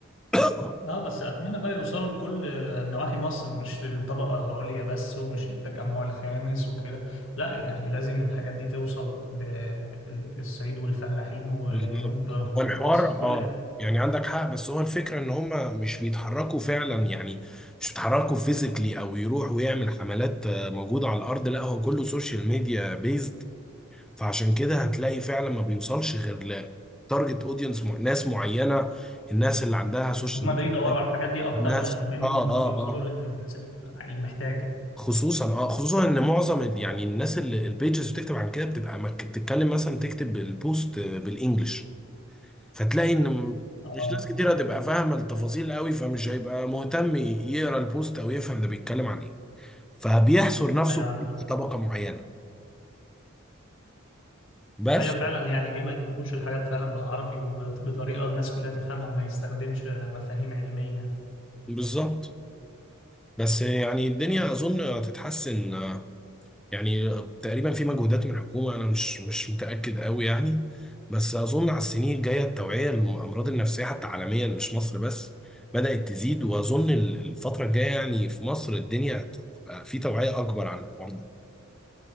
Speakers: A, in the centre; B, on the left.
A: <coughs>
B: اه بس اتمنى بقى يوصلوا لكل نواحي مصر مش للطبقه العليا بس ومش للتجمع الخامس وكده لا يعني لازم الحاجات دي توصل للصعيد والفلاحين وجنوب
A: بالظبط هو الحوار
B: مصر كل
A: اه
B: حته
A: يعني عندك حق بس هو الفكره ان هم مش بيتحركوا فعلا يعني مش بيتحركوا فيزيكلي او يروح ويعمل حملات آه، موجوده على الارض لا هو كله سوشيال ميديا بيزد فعشان كده هتلاقي فعلا ما بيوصلش غير لتارجت اودينس ناس معينه الناس اللي عندها سوشيال
B: هم بيدوروا
A: ميديا
B: على الحاجات دي اكتر
A: الناس
B: ما من إن
A: اه
B: هم
A: اه
B: بيوصلوا
A: اه
B: للناس اللي محتاجه
A: خصوصا اه خصوصا ان معظم ال- يعني الناس اللي البيجز بتكتب عن كده بتبقى مك- بتتكلم مثلا تكتب البوست آه، بالانجلش فتلاقي ان م-
B: اه
A: مش ناس كتير هتبقى فاهمه التفاصيل قوي فمش هيبقى مهتم يقرا البوست او يفهم ده بيتكلم عن ايه فبيحصر نفسه
B: ايوه عندك
A: في طبقه معينه بس
B: ايوه فعلا يعني ليه ما يجيبوش الحاجات فعلا بالعربي وبطريقه الناس كلها تفهمها ما يستخدمش مفاهيم علميه
A: بالظبط بس يعني الدنيا اظن هتتحسن آه، يعني تقريبا في مجهودات من الحكومه انا مش مش متاكد قوي يعني بس اظن على السنين الجايه التوعيه للامراض النفسيه حتى عالميا مش مصر بس بدات تزيد واظن ال- الفتره الجايه يعني في مصر الدنيا هتبقى في توعيه اكبر عن الحوار ده